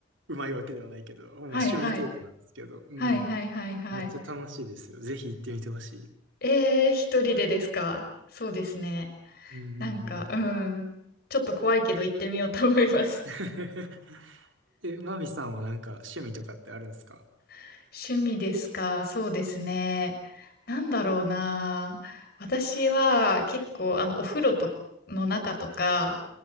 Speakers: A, on the right; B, on the left.
A: うまいわけではないけど、まあ趣味程度なんですけど、
B: いはい。は
A: うん。
B: いはいはいはい。
A: めっちゃ楽しいですよ。ぜひ行ってみてほしい。
B: えー、一人でですかそうですね。
A: うんうんうん。
B: なんか、うん。ちょっと怖いけど行ってみようと思います。
A: <laughs> え、マミさんはなんか趣味とかってあるんですか
B: <laughs> 趣味ですかそうですね。なんだろうな。私は結構、あの、お風呂との中とか